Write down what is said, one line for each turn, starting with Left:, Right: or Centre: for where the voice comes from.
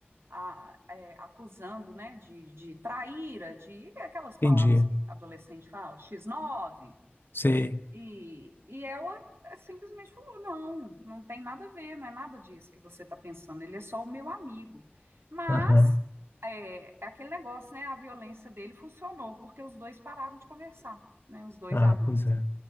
Right: a- é, acusando, né, de, de traíra, de aquelas palavras
Left: entendi.
Right: que adolescente fala, x nove
Left: Sei.
Right: e, e ela é, simplesmente falou, não, não tem nada a ver, não é nada disso que você está pensando, ele é só o meu amigo. Mas
Left: Aham.
Right: é, é aquele negócio, né, a violência dele funcionou, porque os dois pararam de conversar, né, os dois
Left: Ah,
Right: amigos,
Left: pois é.
Right: né